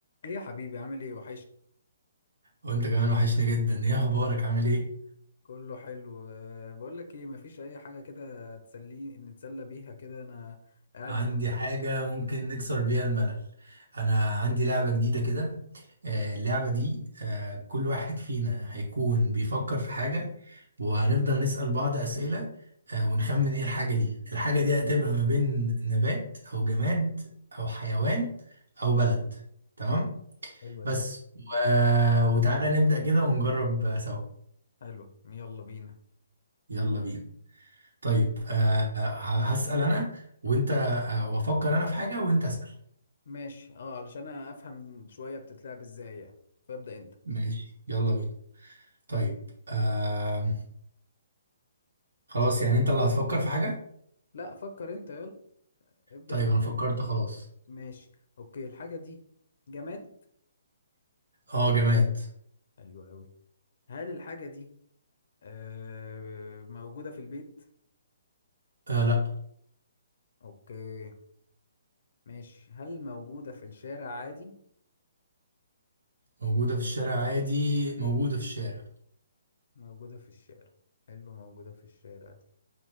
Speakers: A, on the left; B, on the right.
A: ايه يا حبيبي عامل ايه وحش
B: وانت كمان وحشني جدا ايه اخبارك عامل ايه
A: كله حلو آه، بقول لك ايه مفيش اي حاجه كده تسليني نتسلى بيها كده انا قاعد
B: عندي
A: معاك
B: حاجة ممكن نكسر بيها الملل انا عندي لعبة جديدة كده آه، اللعبة دي آه، كل واحد فينا هيكون بيفكر في حاجة وهنفضل نسأل بعض أسئلة آه، ونخمن ايه الحاجة دي الحاجة دي هتبقى ما بين نبات او جماد او حيوان او بلد تمام
A: حلوة
B: بس
A: دي
B: و... وتعالى نبدأ كده ونجرب سوا
A: حلو يلا بينا
B: يلا بينا طيب آه آه، هسأل أنا وأنت آه، وأفكر أنا في حاجة وأنت أسأل
A: ماشي اه علشان انا افهم شويه بتتلعب ازاي يعني فابدا انت
B: ماشي يلا بينا طيب آه خلاص يعني أنت اللي هتفكر في حاجة
A: لا فكر انت يلا ابدا
B: طيب
A: انت
B: أنا فكرت خلاص
A: ماشي اوكي الحاجه دي جماد
B: أه جماد
A: حلو قوي هل الحاجه دي آه موجوده في البيت
B: آه لأ
A: اوكي ماشي هل موجوده في الشارع عادي
B: موجودة في الشارع عادي موجودة في الشارع
A: موجودة في الشارع حلو موجودة في الشارع دي